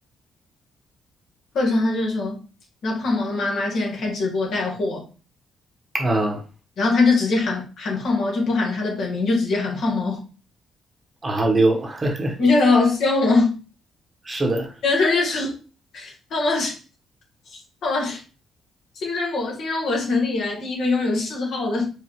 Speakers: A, on the left; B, on the right.
A: 或者说他就是说，你知道胖猫的妈妈竟然开直播带货。
B: 啊
A: 然后他就直接喊喊胖猫，就不喊他的本名，就直接喊胖猫，
B: 啊六，<laughs>
A: <laughs> 不就很好笑吗？<laughs>
B: 是的。
A: 然后他就说胖猫是胖猫是新中国新中国成立以来第一个拥有谥号的，